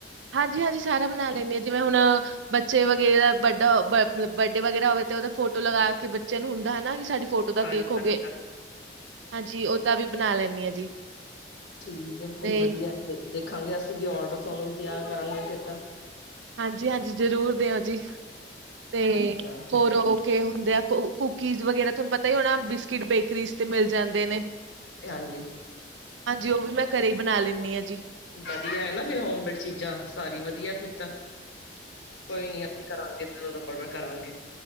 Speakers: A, on the right (about 85°); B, on the left (about 75°).
A: ਹਾਂਜੀ, ਹਾਂਜੀ ਸਾਰਾ ਬਨਾ ਲੈਨੀ ਆ ਜਿਵੇ, ਹੁਨ ਬੱਚੇ ਵਗੈਰਾ ਵੱਡਾ <inaudible> ਬਰਡੇ ਵਗੈਰਾ ਹੋਵੇ ਤੇ ਓਦਾ ਫੋਟੋ ਲਗਾ ਕੇ ਬੱਚਆ ਨੂੰ ਹੁੰਦਾ ਹਨਾ, ਕਿ ਸਾਡੀ ਫੋਟੋ ਦਾ
B: ਹਾਂਜੀ
A: ਕੇਕ ਹੋਗੇ,
B: ਹਾਂਜੀ ਹਾਂਜੀ
A: ਹਾਂਜੀ ਓੱਦਾ ਵੀ ਬਨਾ ਲੈਨੀ ਆ ਜੀ।
B: ਠੀਕ ਐ ਫੇਰ
A: ਤੇ
B: ਵਦੀਐ ਦੇਖਾਂਗੇ, ਅਸੀ ਵੀ ਓਡਰ ਥੋਨੂੰ ਦੇਆ ਕਰਾਂਗੇ ਫੇਰ ਤਾ।
A: ਹਾਂਜੀ, ਹਾਂਜੀ ਜ਼ਰੂਰ ਦੇਓ ਜੀ, ਤੇ
B: ਅੱਛਾ
A: ਹੋਰ ਹੋ ਕੇ ਹੁੰਦੇ ਆ। <unintelligible> ਕੁੂਕੀਜ਼ ਵਗੈਰਾ ਥੋਨੂੰ ਪਤਾ ਈ ਹੋਨਾ, ਬਿਸਕਿਟ ਬੇਕਰੀਜ਼ ਤੇ ਮਿਲ ਜਾਂਦੇ ਨੇ।
B: ਹਾਂਜੀ
A: ਹਾਂਜੀ, ਓ ਵੀ ਮੈਂ ਘਰੇ ਈ ਬਨਾ ਲੈਨੀ ਆ ਜੀ।
B: ਵਦੀਆ ਏ ਨਾ ਫੇਰ, ਹੋਮਮੇਡ ਚੀਜ਼ਾਂ ਸਾਰੀ ਵਦੀਆ ਫੇਰ ਤਾਂ ਕੋਈ ਨੀ ਅਸੀ ਕਰਾਂਗੇ, ਜਦੋ ਓਡਰ ਕਰਾਂਗੇ।